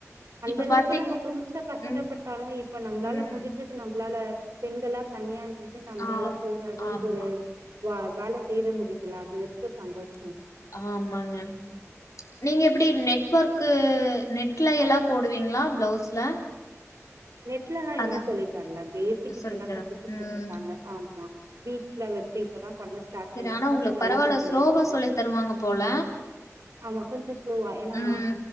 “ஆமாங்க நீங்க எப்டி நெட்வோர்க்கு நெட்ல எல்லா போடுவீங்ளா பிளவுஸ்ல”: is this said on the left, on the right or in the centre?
Left